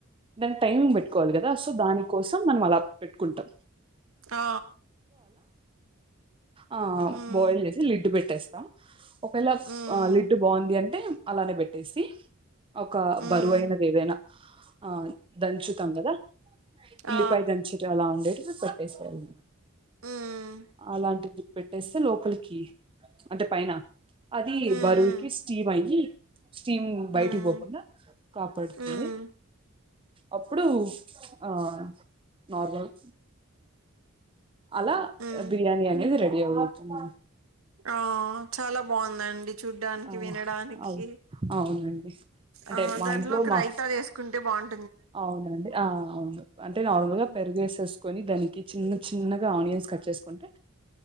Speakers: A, on the right; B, on the right.
A: దాన్ టైమింగ్ బెట్టుకోవాలి గదా సో దాని కోసం మనం అలా పెట్టుకుంటం
B: ఆ
A: ఆ
B: హ్మ్,
A: బాయిల్ జేసి లిడ్డు బెట్టేస్తాం ఒకేళ
B: హ్మ్,
A: ఆ లిడ్డు బా ఉంది అంటే అలానే బెట్టేసి ఒక
B: హ్మ్,
A: బరువు అయినది ఏదైనా ఆ దంచుతాం గదా ఉల్లిపాయ
B: ఆ!
A: దంచేటి అలా ఉండేటివి పెట్టేసేయాలి
B: హ్మ్,
A: అలాంటిది పెట్టేస్తే లోపలికి అంటే పైన అదీ
B: హ్మ్,
A: బరువుకి స్టీమ్ అయ్యి స్టీమ్ బయటికి
B: హ్మ్,
A: బోకుండా కాపాడుతుంది
B: హ్మ్,
A: అప్పుడు ఆ నార్మల్ అలా
B: హ్మ్.
A: బిర్యానీ అనేది రెడీ అవుతుంది
B: ఆ చాలా బాగుందండి చూడ్డానికి
A: ఆ
B: వినడానికి
A: అవు అవునండి అంటే
B: ఆ
A: మా
B: దాంట్లోకి
A: ఇంట్లో మా
B: రైతా చేసుకుంటే బాగుం
A: అవునండి ఆ అవును అంటే నార్మల్
B: హ్మ్.
A: గా పెరుగేసేస్ కొని దానికి చిన్న చిన్నగా ఆనియన్స్ కట్ చేసుకుంటే